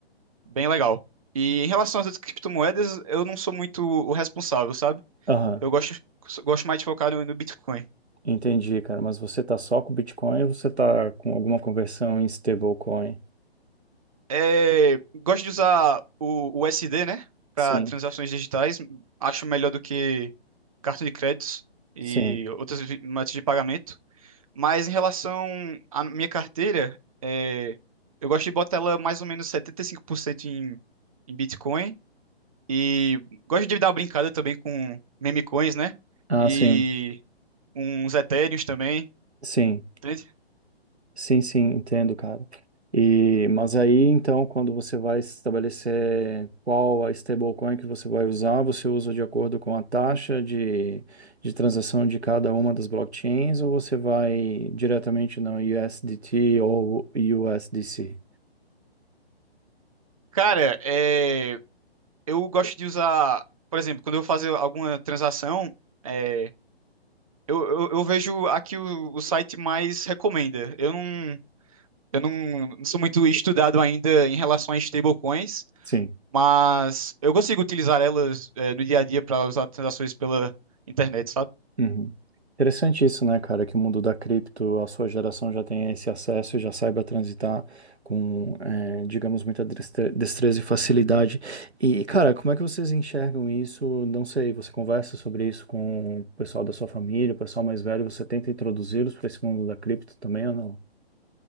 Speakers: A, on the right; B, on the right.
A: bem legal. E em relação às outras criptomoedas, eu não sou muito o responsável, sabe?
B: Aham,
A: Eu gosto, gosto mais de focar no, no Bitcoin.
B: entendi, cara. Mas você tá só com Bitcoin ou você tá com alguma conversão em stablecoin?
A: É, gosto de usar o o USD, né, para
B: Sim,
A: transações digitais. Acho melhor do que cartão de créditos e
B: sim.
A: outras vi- métodos de pagamento. Mas em relação à minha carteira, é, eu gosto de botar ela mais ou menos 75% em, em Bitcoin. E gosto de dar uma brincada também com meme coins, né?
B: Ah,
A: E
B: sim,
A: uns etéreos também,
B: sim.
A: entende?
B: Sim, sim, entendo, cara. E, mas aí, então, quando você vai estabelecer qual a stablecoin que você vai usar, você usa de acordo com a taxa de, de transação de cada uma das blockchains ou você vai diretamente no USDT ou USDC?
A: Cara, é, eu gosto de usar, por exemplo, quando eu vou fazer alguma transação, é, eu, eu, eu vejo aqui o, o site mais recomenda. Eu não, eu não, não sou muito estudado ainda em relação a stablecoins,
B: Sim.
A: mas eu consigo utilizar elas, é, no dia a dia para usar transações pela internet, sabe?
B: Uhum. Interessante isso, né, cara? Que o mundo da cripto, a sua geração já tem esse acesso e já saiba transitar com, eh, digamos, muita destre- destreza e facilidade. E, cara, como é que vocês enxergam isso? Não sei, você conversa sobre isso com o pessoal da sua família, o pessoal mais velho, você tenta introduzi-los para esse mundo da cripto também ou não?